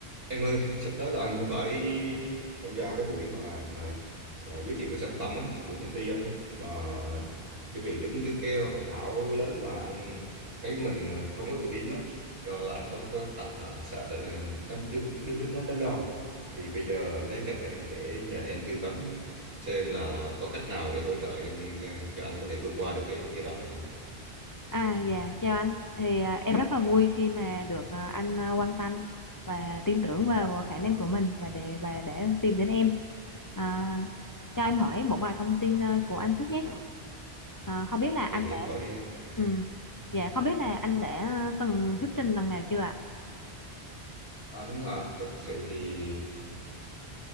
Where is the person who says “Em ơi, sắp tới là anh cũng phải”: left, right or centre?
Right